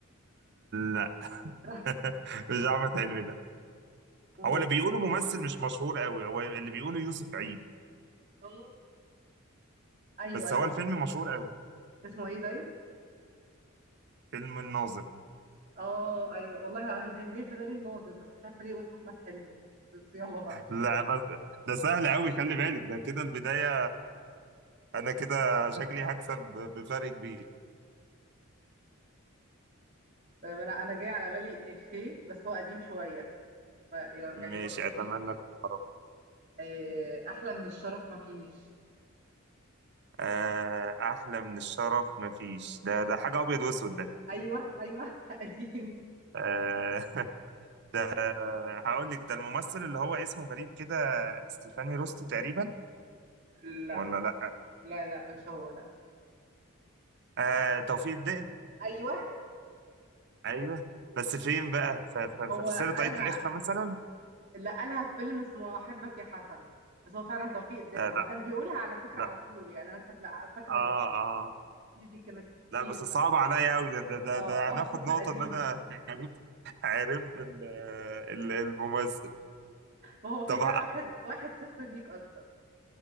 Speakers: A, on the right; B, on the right.
A: لا
B: <laughs>
A: <laughs> مش احمد حلمي ده
B: قول
A: هو اللي بيقوله ممثل مش مشهور قوي هو اللي بيقوله يوسف عيد
B: اه ايوه
A: بس
B: ايوه
A: هو الفيلم مشهور قوي
B: اسمه ايه طيب
A: فيلم الناظر
B: اه ايوه والله أنا كان جاي في بالي الناظر بس مش عارفه ليه قلت احمد حلمي بس يلا بقى مش
A: لا
B: مشكله
A: بس ده سهل قوي خلي بالك ده كده البداية انا كده شكلي هكسب بفرق كبير
B: طيب انا انا جاي على بالي افيه بس هو قديم شويه ف يعني
A: ماشي
B: رب
A: اتمنى
B: تريحي كده
A: القرار
B: آه، احلى من الشرف ما فيش
A: آه، احلى من الشرف مفيش ده ده حاجه ابيض واسود ده
B: ايوه ايوه <laughs> قديم
A: آه، <laughs> ده هقول لك ده الممثل اللي هو اسمه غريب كده ستيفاني روستي تقريبا
B: لا
A: ولا لا
B: لا لا مش هو لا
A: آه توفيق الدقن
B: ايوه
A: ايوه بس فين بقى ف- ف-
B: هو
A: ف- في سر طاقية
B: قالها
A: الإخفاء مثلا
B: لا قالها في فيلم اسمه احبك يا حسن بس هو فعلا توفيق الدقن
A: آه لا
B: هو كان بيقولها على فكره
A: لا
B: على طول يعني انا فاكره فاكره
A: اه اه
B: دي كانت كتير
A: لا بس صعب
B: بقى
A: عليا قوي ده ده ده,
B: اه
A: ده
B: اه
A: هناخد
B: <laughs>
A: نقطة
B: قديم
A: ان انا <laughs> عرفت عرفت ال- ال- الممثل
B: ما هو كده
A: طب
B: كده واحد واحد صفر ليك اصلا